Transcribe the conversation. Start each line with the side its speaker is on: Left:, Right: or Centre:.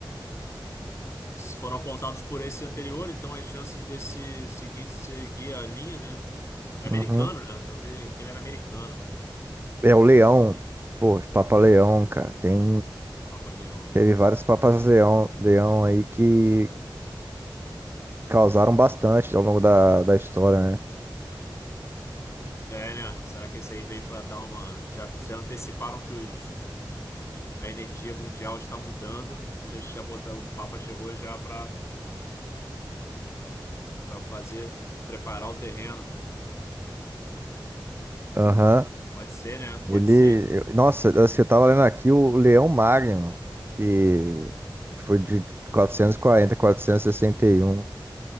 Left: foram apontados por esse anterior, então as chances desse seguinte seguir a linha, né? É americano,
Right: Uhum.
Left: né? Eu vi que ele era americano,
Right: É o Leão, pô, Papa Leão, cara. Tem,
Left: Papa Leão.
Right: teve vários Papas Leão, Leão aí que causaram bastante ao longo da, da história, né?
Left: É, né? Será que esse aí veio para dar uma. Já, já anteciparam que os... a energia mundial está mudando? Já, já botaram... O Papa chegou já para Pra fazer, preparar o terreno.
Right: Aham.
Left: Pode ser, né? Pode
Right: Ele,
Left: ser.
Right: eu- nossa, assim, eu tava lendo aqui o Leão Magno, que foi de 440 a 461.